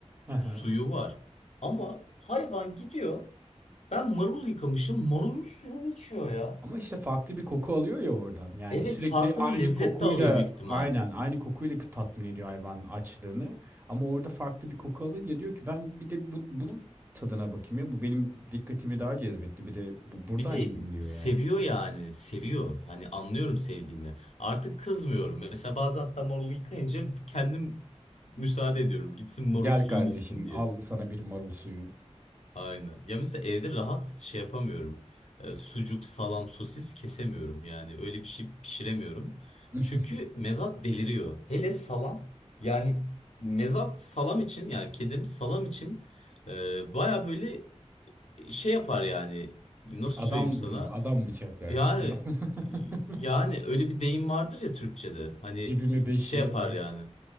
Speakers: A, on the right; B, on the left.
A: <laughs>
B: Suyu var. Ama hayvan gidiyor. Ben marul yıkamışım. Marulun suyunu içiyor ya.
A: Ama işte farklı bir koku alıyor ya oradan. Yani
B: Evet
A: sürekli
B: farklı
A: aynı
B: bir lezzet
A: kokuyla
B: de alıyor büyük ihtimal.
A: aynen aynı kokuyla tatmin ediyor hayvan açlığını. Ama orada farklı bir koku alınca diyor ki ben bir de bu, bunun tadına bakayım ya. Bu benim dikkatimi daha cezbetti. Bir de bu, buradan
B: Bir de
A: yiyeyim diyor
B: seviyor
A: yani.
B: yani seviyor. Yani anlıyorum sevdiğini. Artık kızmıyorum. Mesela bazen hatta marulu yıkayınca kendim müsaade ediyorum. Gitsin marul
A: Gel
B: suyunu
A: kardeşim
B: içsin
A: al sana bir marul suyu.
B: Aynen. Ya mesela evde rahat şey yapamıyorum. E, sucuk, salam, sosis kesemiyorum. Yani öyle bir şey pişiremiyorum.
A: <laughs>
B: Çünkü mezat deliriyor. Hele salam. Yani mezat salam için yani kedim salam için e, baya böyle şey yapar yani. Nasıl
A: Adam
B: söyleyeyim sana?
A: vurur, adam bıçaklar.
B: Yani
A: <laughs>
B: yani öyle bir deyim vardır ya Türkçe'de. Hani
A: Cebime 5
B: şey
A: lira
B: yapar
A: koy.
B: yani.